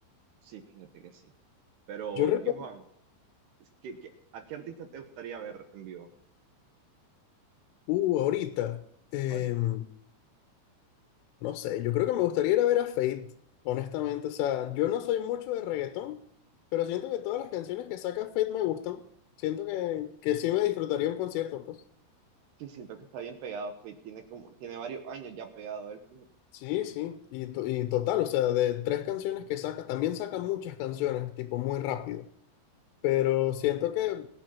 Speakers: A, on the right; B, on the left.
A: Sí, fíjate que sí. Pero,
B: Yo recuerdo,
A: Johan, es que- que- ¿a qué artista te gustaría ver en vivo
B: uh, ahorita. em,
A: ahorita?
B: No sé, yo creo que me gustaría ir a ver a Fate, honestamente. O sea, yo no soy mucho de reggaetón, pero siento que todas las canciones que saca Fate me gustan. Siento que, que sí me disfrutaría un concierto, pues.
A: Sí, siento que está bien pegado, Fate. Tiene como, tiene varios años ya pegado él, fíjate.
B: Sí, sí. Y, to- y total, o sea, de tres canciones que saca, también saca muchas canciones, tipo muy rápido. Pero siento que